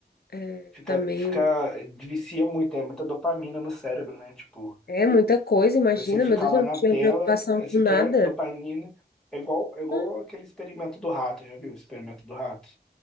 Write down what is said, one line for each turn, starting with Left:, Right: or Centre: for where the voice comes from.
Left: é,
Centre: Fica,
Left: tá meio,
Centre: fica, vicia muito, é muita dopamina no cérebro, né? Tipo,
Left: é muita coisa, imagina,
Centre: você ficar
Left: meu Deus,
Centre: lá
Left: eu
Centre: na
Left: não tinha
Centre: tela,
Left: preocupação
Centre: aí
Left: com
Centre: você
Left: nada.
Centre: quer dopamina. É igual, é igual
Left: Hum,
Centre: aquele experimento do rato, já viu? O experimento do rato?